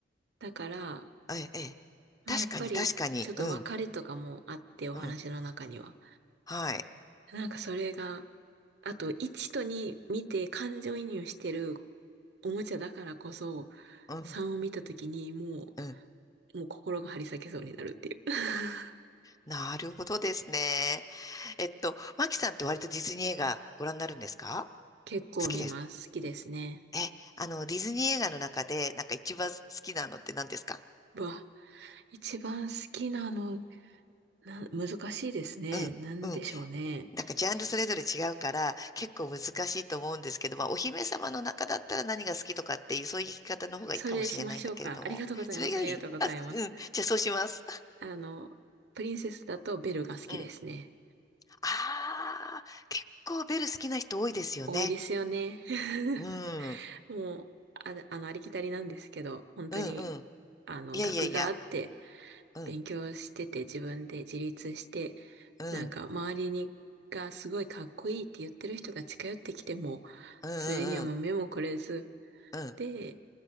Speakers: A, on the right; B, on the left.
A: だから、
B: え、え、
A: まあ、
B: 確かに確かに。
A: やっぱり、ちょっと別れとかもあって、
B: うん、
A: お話の中には。
B: うん。はい。
A: なんかそれが、あと、1と2見て感情移入してるおもちゃだからこそ、
B: うん、
A: 3を見たときにも
B: うん。
A: う、もう心が張り裂けそうになるっていう。<laughs>
B: なるほどですね。えっと、マキさんって割とディズニー映画ご覧になるんですか
A: 結構見ます。
B: 好きですか
A: 好きですね。
B: え、あの、ディズニー映画の中で、なんか一番好きなのって何ですか
A: うわ、一番好きなの、な、難しいですね。
B: う
A: なんでしょうね。
B: ん、うん。なんかジャンルそれぞれ違うから、結構難しいと思うんですけど、まあ、お姫様の中だったら何が好きとかっていう、そういう聞き方の方がいいかもしれないんだけれども。
A: それしましょうか。ありがとうございます。
B: それがいいあ、
A: ありがとうございます。
B: うん。じゃあそうします。
A: あの、プリンセスだとベルが好きですね。
B: <laughs> うん。ああ、結構ベル好きな人多いですよね。
A: 多いですよね。<laughs>
B: うん。うん
A: もう、あ、あの、ありきたりなんですけど、本当に、
B: うん。
A: あの、
B: いやいやいや。
A: 学があって、
B: うん。
A: 勉強してて、自分で自立して、
B: うん。
A: なんか、周りに、がすごいかっこいいって言ってる人が近寄ってきても、
B: うん
A: それにはもう目もくれず、
B: うんうん。うん。
A: で、